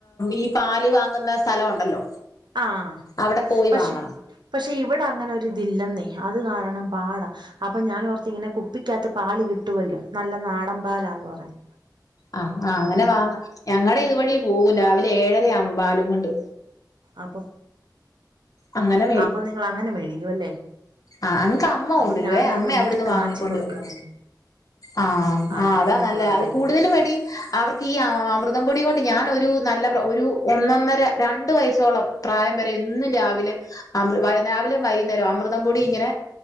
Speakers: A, on the left (about 50°); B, on the right (about 90°).
A: ഈ പാല് വാങ്ങുന്ന സ്ഥലം ഉണ്ടല്ലോ
B: ആഹ
A: അവിടെ പോയി
B: പക്ഷെ
A: വാങ്ങണം
B: പക്ഷെ ഇവിടെ അങ്ങനെ ഒരു ഇതില്ലെന്നേ അത് കാരണം പാടാ അപ്പൊ ഞാൻ ഓർത്ത് ഇങ്ങനെ കുപ്പിക്കാത്ത് പാല് കിട്ടുവല്ലോ നല്ല നാടൻ പാലാന്ന് പറയും
A: ആഹ് ആ അങ്ങനെ വാങ്ങ ഞങ്ങടെ ഇതുവഴി പോകും രാവിലെ ഏഴര ആകും പാലും കൊണ്ട്
B: അപ്പൊ
A: അങ്ങനെ
B: അപ്പൊ നിങ്ങളങ്ങനെ മേടിക്കുവല്ലേ
A: ആ് അങ്ങക്ക് അമ്മ കൊണ്ടുവരുവേ
B: അപ്പൊ ഞാനത്
A: അമ്മ
B: നീട്ടി
A: അവിടെന്ന്
B: കാച്ചി
A: വാങ്ങികൊണ്ട്
B: കൊടുക്കാലോന്ന്
A: വരും ആഹ
B: ആ
A: ആ്
B: അപ്പൊ
A: അതാ
B: പിന്നെ
A: നല്ല
B: കൊഴപ്പ
A: അത്
B: ഇല്ലല്ലേ
A: കൂടുതൽ പടി അവർക്ക് ഈ അമൃതം പൊടി കൊണ്ട് ഞാനൊരു ഒരു നല്ല ഒരു ഒന്നൊന്നര രണ്ട് വയസ്സ് സ്സോളം പ്രായം വരെ എന്നും രാവിലെ അ രാവിലെ വൈകുന്നേരം അമൃ തം പൊടി ഇങ്ങനെ